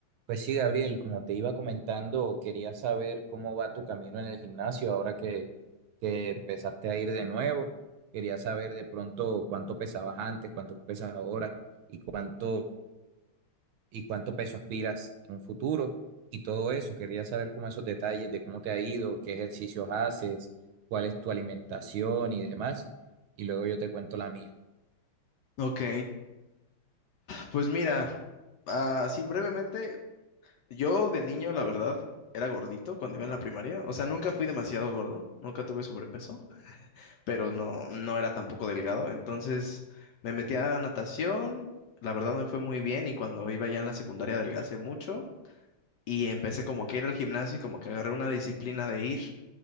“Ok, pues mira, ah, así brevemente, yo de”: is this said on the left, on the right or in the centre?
Left